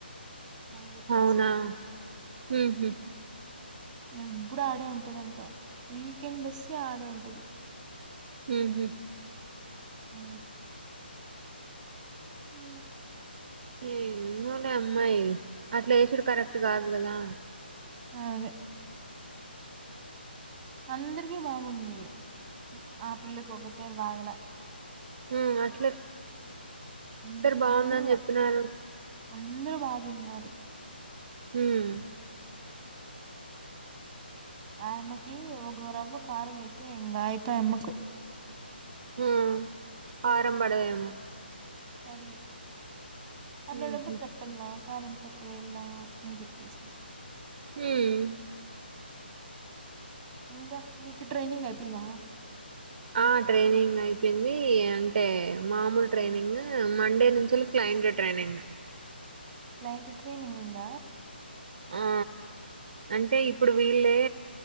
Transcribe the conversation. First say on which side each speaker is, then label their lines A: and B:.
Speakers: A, on the right; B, on the right.
A: అని చెప్పేసి
B: అవునా హు హు
A: ఎబ్బుడు ఆడే ఉంటది అంట. వీకెండ్ వస్తే ఆడే ఉంటది.
B: హ్మ్ హు
A: అ ఊ
B: ఏందో లే ఆ అమ్మాయి అట్లా వేసిడు కరెక్ట్ కాదు కదా
A: ఆ అదే అందరికి బాగుంది ఆ పిల్లకు వొగతేే బాగల
B: ఆ అట్ల
A: ఉ
B: బాగుందని
A: అందరు
B: చెప్పినారు
A: అందరు బాగా తిన్నారు
B: హ్మ్
A: ఆ అమ్మకి ఒగరవ్వ కారం వైతే ఎంగ అయిపోయా అమ్మకు
B: ఆ కారం పడదేమో
A: పడింద్ అట్లా
B: ఉహు
A: లోప్పుడు చెప్పల్ కారంమి ఒకవేళ అని చెప్పేసి
B: హ్మ్
A: ఇంకా మీకు ట్రైనింగ్ అయిపోయింద
B: ఆ ట్రైనింగ్ అయిపోయింది అంటే మామూలు ట్రైనింగ్ మండే నుంచి క్లయింట్ ట్రైనింగ్
A: నైట్ ట్రైనింగ్ ఉంద
B: ఆ అంటే ఇప్పుడు వీళ్ళే